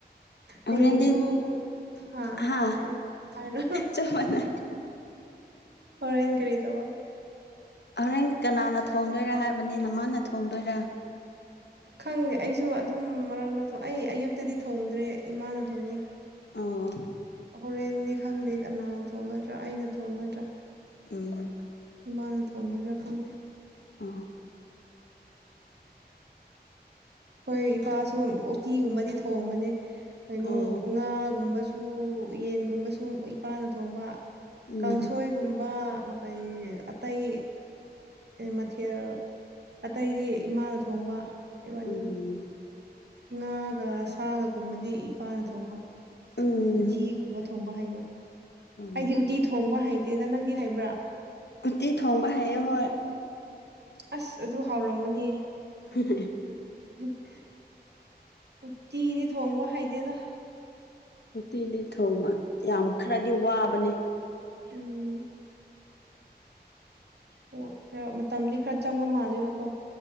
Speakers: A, on the left; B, on the right.
A: ꯍꯣꯔꯦꯟꯗꯤ
B: ꯍꯌꯦꯡꯁꯨ ꯍꯥꯥ
A: ꯍꯥ
B: ꯍꯥꯏꯔꯣ ꯍꯥꯏꯔꯣ
A: ꯆꯞ ꯃꯥꯟꯅꯩ
B: ꯑꯣꯔꯦꯟꯖ ꯀꯔꯤꯗꯕ
A: ꯍꯣꯔꯦꯟ ꯀꯅꯥꯅ ꯊꯣꯡꯗꯣꯏꯔꯥ ꯍꯥꯏꯕꯅꯤ ꯅꯃꯥꯅ ꯊꯣꯡꯗꯣꯏꯔꯥ
B: ꯈꯪꯗꯦ ꯑꯩꯁꯨ ꯑꯗꯨꯝ ꯃꯔꯛ ꯃꯔꯥꯡ ꯑꯩ ꯑꯌꯨꯛꯇꯗꯤ ꯊꯣꯡꯗ꯭ꯔꯦ ꯏꯃꯥꯅ ꯊꯣꯡꯉꯤ
A: ꯑꯣ
B: ꯍꯣꯔꯦꯟꯅꯤ ꯈꯪꯗꯦ ꯀꯅꯥꯅ ꯊꯣꯡꯒꯗ꯭ꯔꯥ ꯑꯩꯅ ꯊꯣꯡꯒꯗ꯭ꯔꯥ
A: ꯎꯝ
B: ꯏꯃꯥꯅ ꯊꯣꯡꯒꯗ꯭ꯔꯥ ꯈꯪꯗꯦ
A: ꯑꯣ
B: ꯍꯣꯏ ꯏꯄꯥꯁꯨ ꯎꯇꯤꯒꯨꯝꯕꯗꯤ ꯊꯣꯡꯕꯅꯦ ꯀꯩꯅꯣ
A: ꯑꯣ
B: ꯉꯥꯒꯨꯝꯕꯁꯨ ꯌꯦꯟꯒꯨꯝꯕꯁꯨ ꯏꯄꯥꯅ ꯊꯣꯡꯕ
A: ꯎꯝ
B: ꯀꯥꯡꯁꯣꯏꯒꯨꯝꯕ ꯑꯩꯣꯏ ꯑꯇꯩ ꯃꯊꯦꯜ ꯑꯇꯩꯗꯤ ꯏꯃꯥꯅ ꯊꯣꯡꯕ ꯏꯕꯥꯅꯤ
A: ꯎꯝ
B: ꯉꯥꯒ ꯁꯥꯒꯒꯨꯝꯕꯗꯤ ꯏꯄꯥꯅ ꯊꯣꯡꯕ
A: ꯎꯝ
B: ꯎꯇꯤꯒꯨꯝꯕ ꯊꯣꯡꯕ ꯍꯩꯕ
A: ꯑꯣ
B: ꯑꯩꯗꯤ ꯎꯇꯤ ꯊꯣꯡꯕ ꯍꯩꯇꯦꯗ ꯅꯪꯗꯤ ꯍꯩꯕ꯭ꯔꯥ
A: ꯎꯠꯇꯤ ꯊꯣꯡꯕ ꯍꯥꯏꯑꯦ ꯍꯣꯏ
B: ꯑꯁ ꯑꯗꯨ ꯍꯥꯎꯔꯝꯒꯅꯤ
A: <unintelligible>
B: ꯎ ꯎꯆꯠꯇꯤꯗꯤ ꯊꯣꯡꯉꯕ ꯍꯥꯏꯥꯏꯗꯦ
A: ꯎꯇꯤꯗꯤ ꯊꯣꯡꯕ ꯌꯥꯝ ꯈꯔꯗꯤ ꯋꯥꯕꯅꯤ
B: ꯎꯝ ꯑꯣ ꯈꯔ ꯃꯇꯝꯗꯤ ꯈꯔ ꯆꯪꯕ ꯃꯥꯜꯂꯦꯕꯀꯣ